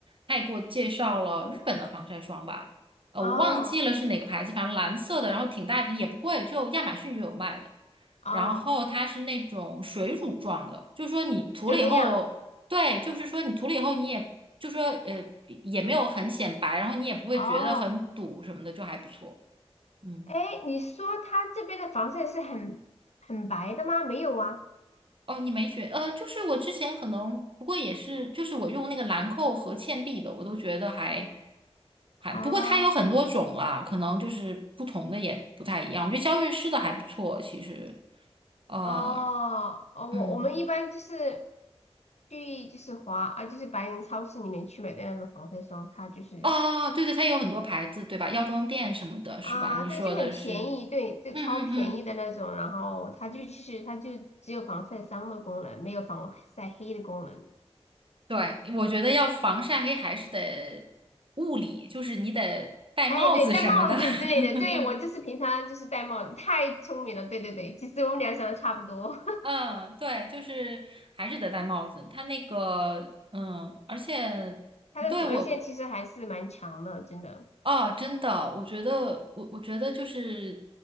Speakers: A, on the right; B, on the left.
A: 他也给我介绍了日本的防晒霜吧，呃，
B: 哦
A: 我忘记了是哪个牌子，反正蓝色的，然后挺大一瓶，也不贵，就亚马逊就有卖的。
B: 哦，
A: 然后它是那种水乳状的，就是说你涂了以后。
B: 怎么样？
A: 对，就是说你涂了以后，你也就说呃也没有很显白，然后你也不会觉得很堵什么的，
B: 哦，
A: 就还不错。嗯，
B: 哎，你说它这边的防晒是很很白的吗？没有啊。
A: 哦，你没觉呃，就是我之前可能不过也是，就是我用那个兰蔻和倩碧的，我都觉得还还，
B: 哦
A: 不过它有很多种啦，可能就是不同的也不太一样。我觉得娇韵诗的还不错，其实，呃，
B: 哦哦，
A: 嗯，
B: 我我们一般就是去就是华啊，就是白人超市里面去买的那种防晒霜，它就是
A: 哦，对对，它有很多牌子，对吧？药妆店什么的，是吧？
B: 啊，
A: 你说的是，
B: 对，就很便宜，对，就超便宜的那种，
A: 嗯嗯嗯。
B: 然后它就其实它就只有防晒伤的功能，没有防晒黑的功能。
A: 对，我觉得要防晒黑还是得物理，就是你得戴帽子什么的。
B: 哎，对，戴帽子之类的，
A: <laughs>
B: 对，我就是平常就是戴帽子，太聪明了，对对对，其实我们俩想的差不多，
A: 嗯，对，就是还是得戴帽子。它那个，嗯，而且对我，
B: <laughs> 它的紫外线其实还是蛮强的，真的，
A: 哦，真的，我觉得，我我觉得就是，